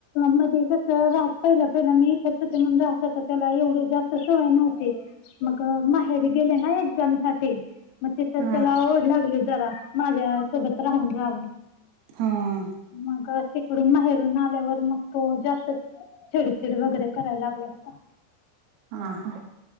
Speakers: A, on the left; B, on the right.
A: मध्ये कस राहत पहिलं पहिला मी इथच होते म्हणून राहतात त्याला एवढे जास्त सवय नव्हती. मग माहेरी गेले ना एक्झाम साठी मग तिथं
B: हा
A: त्याला ओढ लागली जरा. माझ्या सोबत राहून -राहून.
B: हां.
A: मग तिकडून माहेर जून आल्यावर मग तो जास्त चिडचिड वगैरे करायला लागला होता.
B: हां -हां.